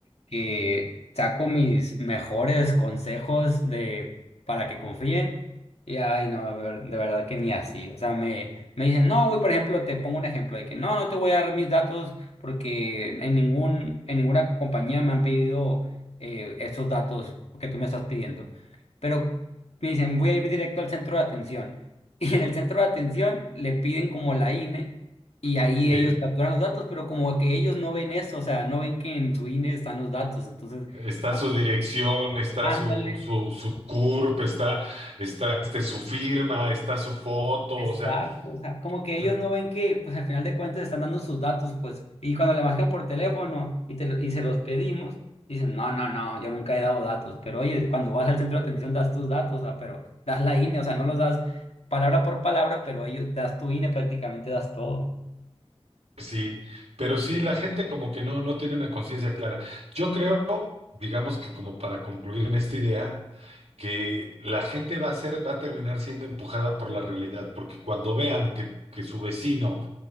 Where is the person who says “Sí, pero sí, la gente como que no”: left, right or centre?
Right